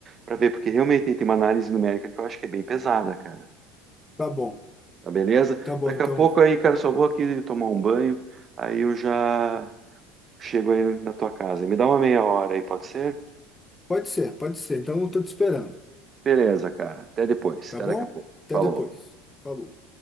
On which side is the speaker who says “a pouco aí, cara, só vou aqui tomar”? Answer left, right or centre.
Right